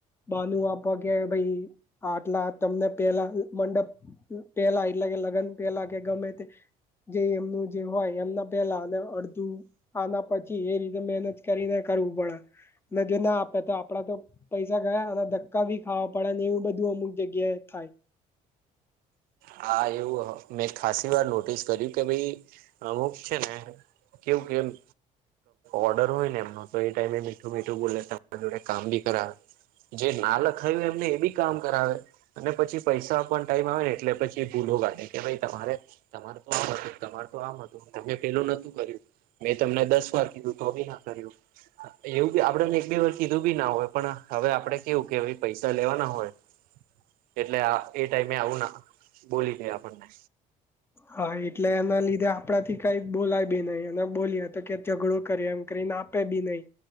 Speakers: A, on the left; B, on the right.
A: બાનુંુ આપવા કે ભાઈ આટલા તમને પેલા મંડપ પેલા એટલે કે લગ્ન પેલા કે ગમે તે જે એમનું જે હોય એમના પહેલા અડધું આના પછી એ રીતે મહેનત કરીને કરવું પડે જે ના આપે તો આપડા તો પૈસા ગયા અને ધક્કા ભી ખાવા પડે ને એવું બધું અમુક જગ્યાએ થાય.
B: હા એવું મેં ખાસી વાર નોટિસ કર્યું કે ભાઈ અમુક છેને. કેવું કેમ ઓર્ડર હોય ને એમનો તો એ ટાઈમે મીઠું મીઠું બોલે તમારા જોડે કામ બી કરાવે જે ના લખાય હો એમને એ બી કામ કરાવે અને પછી પૈસા પણ ટાઈમ આવે ને એટલે પછી. એ ભૂલો કાઢે કે ભાઈ તમારે તમાર તો આમ હતું તમાર તો આમ હતું તમે પેલું નતું કર્યું. મેં તમને દસ વાર કીધું તોભી ના કર્યું. એવું બી આપડેને એક બે વાર કીધું બી ના હોય પણ હવે આપડે કેવું કે પૈસા લેવાના હોય. એટલે એ ટાઈમે આવું ના બોલી દે આપણને
A: હા એટલે એના લીધે આપણા થી કઈ બોલાય બી નહી અને બોલીએ તો કે ઝઘડો કરી એમ કરીને. પે બી નહી.